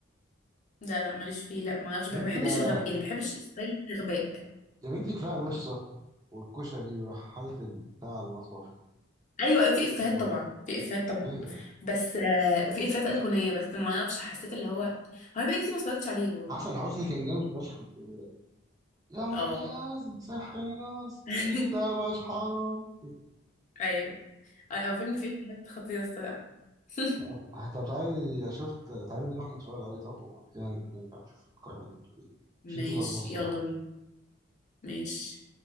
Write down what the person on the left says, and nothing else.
لا لا ماليش فيه لا ما اعرفش ما
بحبش
الغباء يعني ما بحبش ستايل الغباء
ايوه أيوة، في افيهات
طبعا في افيهات طبعا
بس آه وفي افيهات ايقونيه بس ما اعرفش حسيت اللي هو هو بقى كتير ما اتفرجتش عليه برضه
اه
<laughs>
ايوه انا هو فيلم فيه افيهات خطيره الصراحه <laughs>
ماشي
يلا بينا ماشي